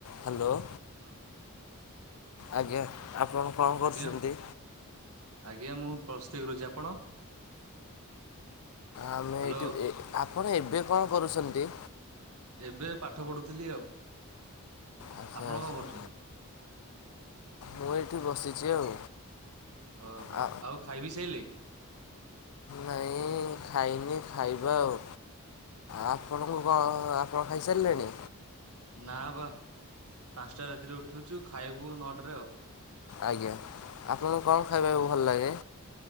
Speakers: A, on the left; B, on the right.
A: Hello
B: hello
A: ଆଜ୍ଞା ଆପଣ କଣ କରୁଛନ୍ତି?
B: ଆଜ୍ଞା ଆଜ୍ଞା ମୁଁ ପ୍ଲସ ଥ୍ରୀ କରୁଛି ଆପଣ?
A: ଆମେ
B: ହ୍ୟାଲୋ
A: ଏଇଠି ଆପଣ ଏବେ କଣ କରୁଛନ୍ତି?
B: ଏବେ ପାଠ ପଢୁଥିଲି ଆଉ
A: ଆଚ୍ଛା
B: ଆପଣ
A: ଆଚ୍ଛା
B: କଣ କରୁଛନ୍ତି?
A: ମୁଁ ଏଇଠି ବସିଛି ଆଉ
B: ଓହୋ
A: ଆ
B: ଆଉ ଖାଇବି ସାଇଲେନି
A: ନାଇଁ ଖାଇନି ଖାଇବ ଆଉ ଆପଣଙ୍କୁ ଆପଣ ଖାଇସାରିଲେଣି
B: ନା ବା ପାଞ୍ଚଟା ରାତିରେ ଉଠୁଛୁ ଖାଇବୁ ନଅଟାରେ ଆଉ।
A: ଆଜ୍ଞା ଆପଣଙ୍କୁ କଣ ଖାଇବାକୁ ଭଲ ଲାଗେ।